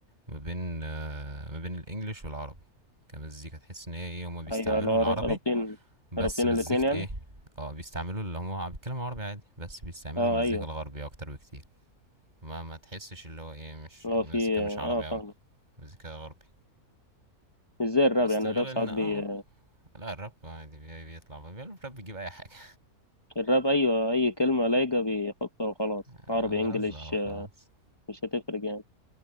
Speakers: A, on the right (about 30°); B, on the left (about 30°).
A: ما بين آه، ما بين الانجليش والعربي كمزيكا تحس ان هي ايه هما بيستعملوا
B: ايوه اللي هو
A: العربي
B: ر- رابطين
A: بس
B: رابطين
A: مزيكة
B: الاتنين يعني
A: ايه اه بيستعملوا اللي هما بيتكلموا عربي عادي بس بيستعملوا
B: اه
A: المزيكا
B: ايوه
A: الغربية اكتر بكتير ما ما تحسش اللي هو ايه مش
B: اللي
A: المزيكا
B: هو في
A: مش
B: اه
A: عربي اوي
B: فاهم
A: مزيكا غربي
B: مش زي الراب
A: بس
B: يعني
A: ده غير
B: الراب ساعات
A: ان اه
B: بي
A: لا الراب عادي بي- بيطلع بقى الراب بيجيب اي حاجة
B: الراب ايوه اي كلمه لايقه بيحطها وخلاص
A: <laughs>
B: عربي
A: اه
B: انجليش
A: رزع وخلاص
B: آه، مش هتفرق يعني